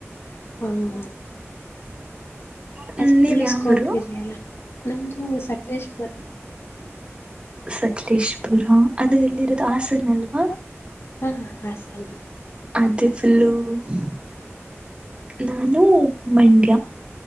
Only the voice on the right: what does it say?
ಹ್ಮ,
ನೀವ್
ಯಾವೂರು
ಸಕಲೇಶ್ಪುರ, ಅದು ಎಲ್ಲಿರೋದು ಹಾಸನ ಅಲ್ವಾ
ಅದೇಫುಲ್ಲು <unintelligible> ನಾನು ಮಂಡ್ಯ,